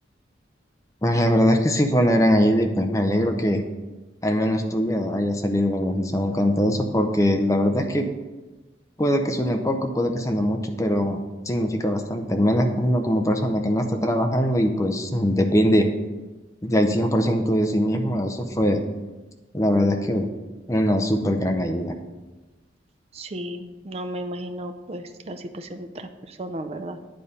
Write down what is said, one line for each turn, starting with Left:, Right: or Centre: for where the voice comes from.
Left: Pues la verdad es que sí fue una gran ayuda y pues me alegro que al menos tuya haya salido beneficiado en eso, porque la verdad es que puede que suene poco, puede que suene mucho, pero significa bastante, al menos uno como persona que no está trabajando y pues depende del 100% de sí mismo, eso fue la verdad es que una súper gran ayuda.
Right: Sí, no me imagino pues la situación de otras personas, ¿verdad?